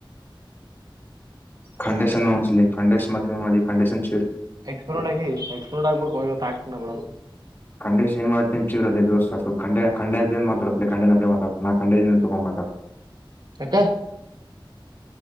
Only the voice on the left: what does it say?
ಕಂಡೀಷನ್ಸಲಿ ಡೀಷನ್ ಮತ್ತ ಕಂಡೀಷನ್
ಡೇಶ ನ್ ಮಾಡ್ತೇ ಚಿವರಲ್ಲವಲ್ ಡ ಡ ಮಾತಡ್ ಖಂಡಲಿ ಮಾತಾ ನಾಖಂಡ ತೊಗೊ ಹ